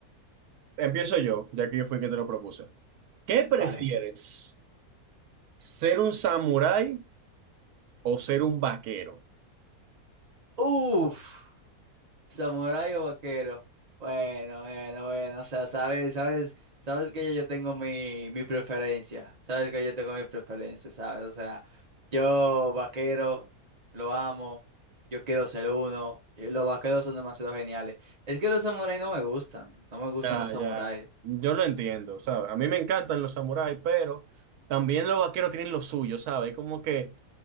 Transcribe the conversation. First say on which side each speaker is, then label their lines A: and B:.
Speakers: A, on the right (about 85°); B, on the right (about 40°).
A: empiezo yo, ya que yo fui quien te lo propuse. ¿Qué prefieres?
B: Vale.
A: ¿Ser un samurái o ser un vaquero?
B: Uf. ¿Samurái o vaquero? Bueno, bueno, bueno, o sea, sabes, sabes, sabes que yo, yo tengo mi, mi preferencia, sabes que yo tengo mi preferencia, sabes, o sea, yo vaquero, lo amo, yo quiero ser uno, y los vaqueros son demasiado geniales. Es que los samuráis no me gustan, no me gustan
A: Ya,
B: los samuráis,
A: ya, yo lo entiendo, ¿sabes? A mí me encantan los samuráis, pero también los vaqueros tienen lo suyo, ¿sabes? Como que,